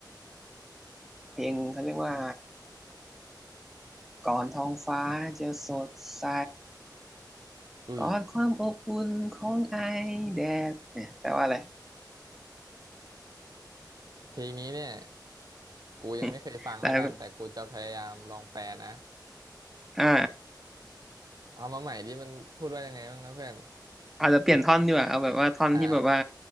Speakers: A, in the centre; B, on the right (about 55°).
A: เพลงเขาเรียกว่าก่อนท้องฟ้าจะสดใส
B: ดุย
A: กอดความอบอุ่นของไอแดดเนี่ยแปลว่าอะไร
B: เพลงนี้เนี่ยกูยังไม่เคยฟังละกันแต่กูจะพยายามลองแปลนะ
A: <laughs> แล้ <laughs> วอ่า
B: เอามาใหม่ที่มันพูดว่ายังไงบ้างนะเพื่อน
A: อาจจะเปลี่ยนท่อนดีกว่าเอาแบบว่าท่อนที่แบบว่า
B: อ่า